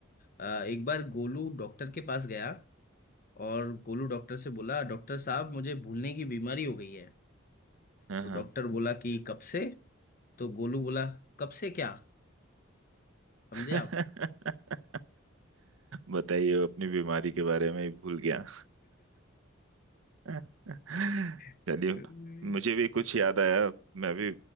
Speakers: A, on the left (about 45°); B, on the right (about 75°).
A: अ, एक बार गोलू डॉक्टर के पास गया और गोलू डॉक्टर से बोला डॉक्टर साहब मुझे भूलने की बीमारी हो गई है
B: हाँ
A: तो
B: हाँ
A: डॉक्टर बोला कि कब से तो गोलू बोला कब से क्या समझे
B: <laughs>
A: आप
B: बताइए वो अपनी बीमारी के बारे में ही भूल गया <laughs>
A: <laughs>
B: चलिए मुझे भी कुछ याद आया मैं भी